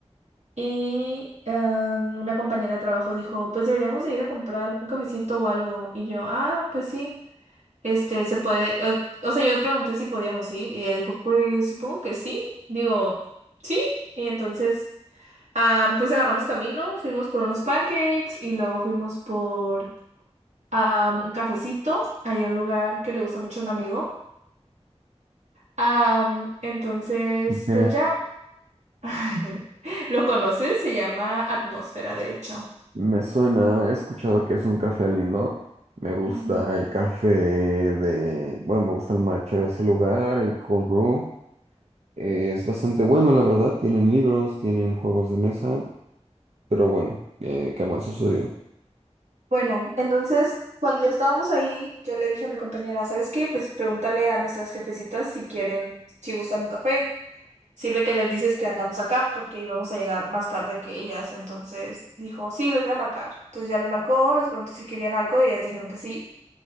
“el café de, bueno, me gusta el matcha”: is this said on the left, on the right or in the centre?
Right